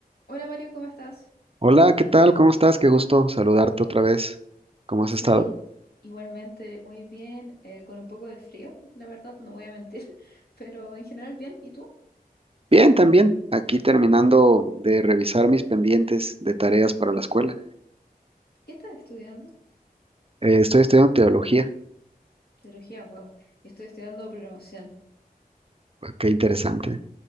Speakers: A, on the left (about 85°); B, on the right (about 40°).
A: Hola Mario, ¿cómo estás?
B: Hola, ¿qué tal? ¿Cómo estás? Qué gusto saludarte otra vez. ¿Cómo has
A: Sí,
B: estado?
A: u- igualmente muy bien, eh, con un poco de frío, la verdad, no voy a mentir, <laughs> pero en general bien. ¿Y tú?
B: Bien, también. Aquí terminando de revisar mis pendientes de tareas para la escuela.
A: ¿Qué estás estudiando?
B: Eh, estoy estudiando teología.
A: Teología, wow. Yo estoy estudiando programación.
B: Ah, Qué interesante.